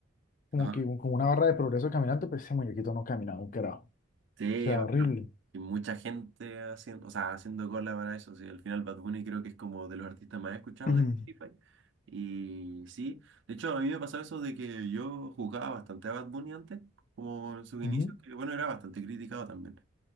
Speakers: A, on the left (about 40°); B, on the right (about 60°).
A: como
B: ajá.
A: que como una barra de progreso caminante, pero ese muñequito no caminaba un carajo.
B: Sí,
A: O sea,
B: o-
A: horrible.
B: y mucha gente haciendo, o sea, haciendo cola para eso. Sí, al final Bad Bunny creo que es como de los artistas más escuchados
A: <clears throat> Ujú.
B: de Spotify. Y sí, de hecho, a mí me pasó eso de que yo jugaba bastante a Bad Bunny antes, como en sus inicios,
A: Ujú.
B: que bueno, era bastante criticado también.